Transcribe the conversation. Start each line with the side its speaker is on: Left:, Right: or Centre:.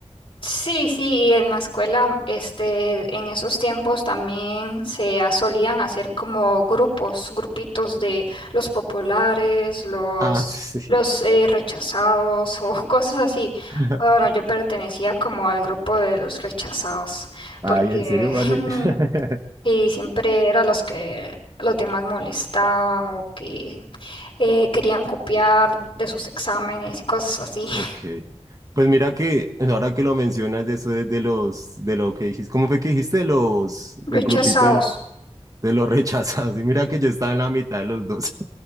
Left: Sí, sí, y en la escuela, este, en esos tiempos también se ha- solían hacer como grupos, grupitos de los populares, los,
Right: Ah, sí.
Left: los eh, rechazados o <laughs> cosas así.
Right: <laughs>
Left: Bueno, yo pertenecía como al grupo de los rechazados, porque
Right: Ay, ¿en serio, Fanny?
Left: <laughs>
Right: <laughs>
Left: sí, siempre eran los que los demás molestaban o que eh, querían copiar de sus exámenes y cosas así.
Right: Ok.
Left: <laughs>
Right: Pues mira que pues ahora que lo mencionas de eso de, de los de lo que dijiste, ¿cómo fue que dijiste de los del
Left: Rechazados.
Right: grupito del- de los <laughs> rechazados? Y mira que yo estaba en la mitad de los dos.